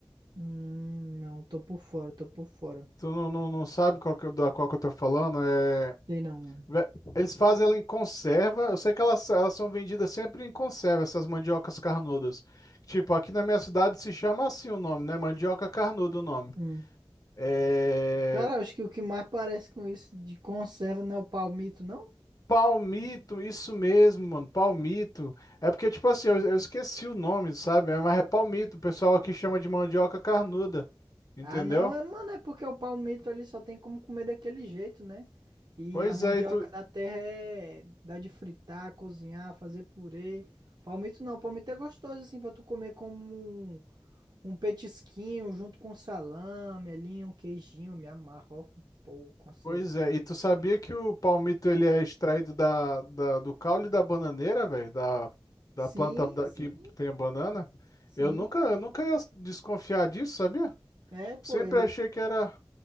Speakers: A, on the right (about 50°); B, on the left (about 40°).
A: Hum, não, tô por fora, tô por fora.
B: Tu não, não, não sabe qual que, eu- da qual que eu tô falando? É,
A: Sei não, mano.
B: ve- eles fazem ela em conserva. Eu sei que elas, elas são vendidas sempre em conserva, essas mandiocas carnudas. Tipo, aqui na minha cidade se chama assim o nome, né? Mandioca carnuda o nome.
A: Hum.
B: É,
A: Cara, acho que o que mais parece com isso de conserva não é o palmito, não?
B: Palmito, isso mesmo, mano. Palmito. É porque, tipo assim, eu, eu esqueci o nome, sabe?
A: É.
B: Mas é palmito. O pessoal aqui chama de mandioca carnuda. Entendeu?
A: Ah, não, é, mano, é porque o palmito ali só tem como comer daquele jeito, né? E
B: Pois
A: a mandioca
B: é, e tu,
A: da terra é... dá de fritar, cozinhar, fazer purê. Palmito não, palmito é gostoso assim pra tu comer como um, um petisquinho junto com salame ali, um queijinho, me amarro, ó, pô, com a cerveja.
B: Pois é, e tu sabia que o palmito ele é extraído da, da- do caule da bananeira, velho, da,
A: Sim,
B: da planta da-
A: sim,
B: que tem a banana?
A: sim.
B: Eu nunca, eu nunca ia desconfiar disso, sabia?
A: É, pô,
B: Sempre
A: ele.
B: achei que era.